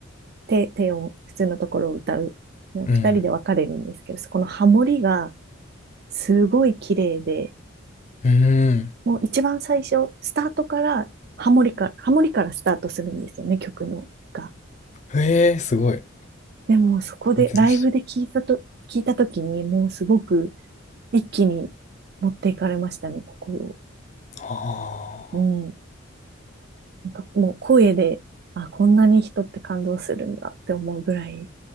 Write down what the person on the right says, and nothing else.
低、低音、普通のところを歌う。ね二人で分かれるんですけど、
そこのハモリがすごい綺麗で、
もう一番最初、スタートからハモリから、ハモリからスタートするんですよね、曲のが。
でもそこでライブで聞いたと、
聞いたときにもうすごく一気に持っていかれましたね、心を。
うん。なんかもう声で、あ、こんなに人って感動するんだって思うぐらい、